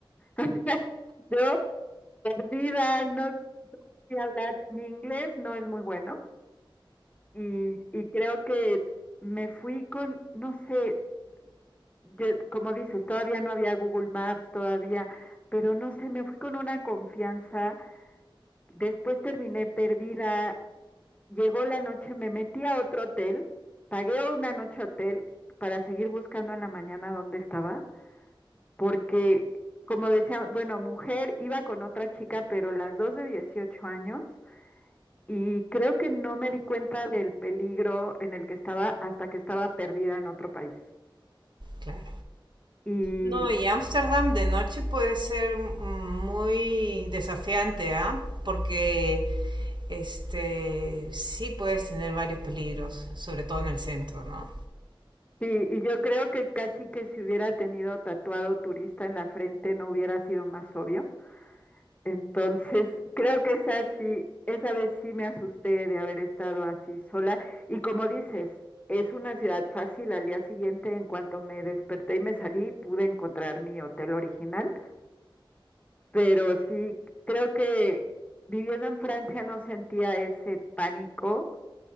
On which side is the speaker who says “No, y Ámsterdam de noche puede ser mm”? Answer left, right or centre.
Right